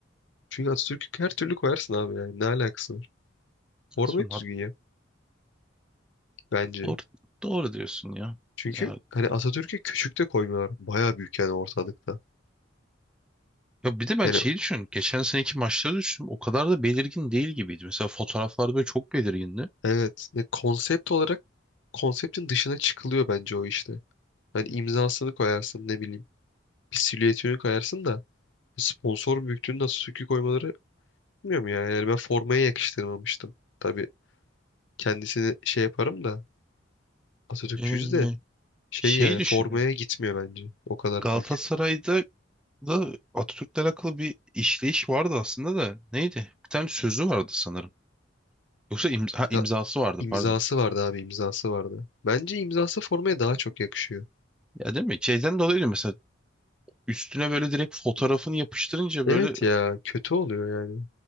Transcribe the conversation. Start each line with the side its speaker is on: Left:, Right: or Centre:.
Left: Çünkü Atatürk'ü her türlü koyarsın abi yani. Ne alakası var? Formayı
Centre: Atıyorum,
Left: düzgün
Centre: hat-
Left: yap bence.
Centre: doğru, doğru diyorsun ya.
Left: Çünkü
Centre: Ya
Left: hani Atatürk'ü küçük de koymuyorlar. Baya büyük yani ortalıkta.
Centre: Ya bir de ben
Left: Yani
Centre: şeyi düşünüyorum. Geçen seneki maçları düşündüm. O kadar da belirgin değil gibiydi. Mesela fotoğraflarda böyle çok belirgindi.
Left: evet ya konsept olarak konseptin dışına çıkılıyor bence o işte. Hani imzasını koyarsın ne bileyim. bir silüetini koyarsın da sponsor büyüklüğünü nasıl sökü koymaları bilmiyorum ya. Yani ben formaya yakıştırmamıştım. Tabii kendisini şey yaparım da Atatürkçüyüz
Centre: Ee,
Left: de şey
Centre: şeyi
Left: yani
Centre: düşünüyorum.
Left: formaya gitmiyor bence. O kadar
Centre: Galatasaray'da
Left: büyük.
Centre: da Atatürk'le alakalı bir işleyiş vardı aslında da. Neydi? Bir tane sözü vardı sanırım. Yoksa imza, ha,
Left: İmza-
Centre: imzası vardı
Left: İmzası
Centre: pardon.
Left: vardı abi imzası vardı. Bence imzası formaya daha çok yakışıyor.
Centre: Ya değil mi? Şeyden dolayı mesela üstüne böyle direkt fotoğrafını yapıştırınca böyle
Left: Evet ya kötü oluyor yani.